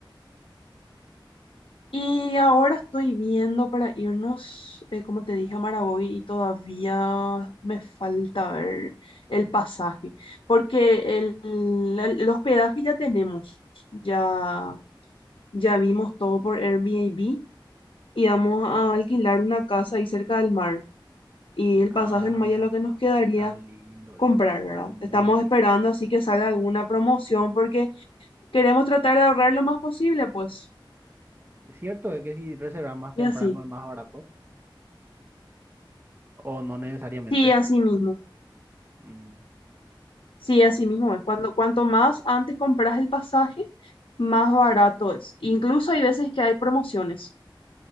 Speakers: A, on the left; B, on the right.
A: Y ahora estoy viendo para irnos, eh, como te dije, a Maragogi y todavía me falta ver el pasaje, porque el, la- el hospedaje ya tenemos, ya, ya vimos todo por Airbnb y vamos a alquilar una casa ahí cerca del mar. y el
B: Ah,
A: pasaje en Maya lo que nos quedaría
B: está lindo,
A: comprar,
B: es, está
A: ¿verdad?
B: muy
A: Estamos
B: lindo.
A: esperando así que salga alguna promoción porque queremos tratar de ahorrar lo más posible, pues.
B: Es cierto es que si reservas más temprano
A: Y así,
B: es más barato, o no necesariamente.
A: sí, así mismo,
B: Mm.
A: sí, así mismo es. Cuando, cuanto más antes compras el pasaje, más barato es. Incluso hay veces que hay promociones.